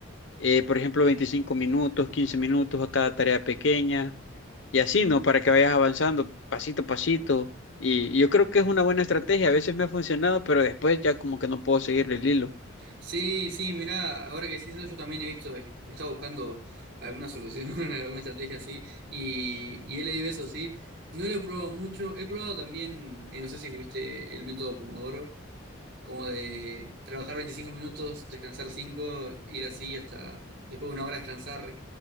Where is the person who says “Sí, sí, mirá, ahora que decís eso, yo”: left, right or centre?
Right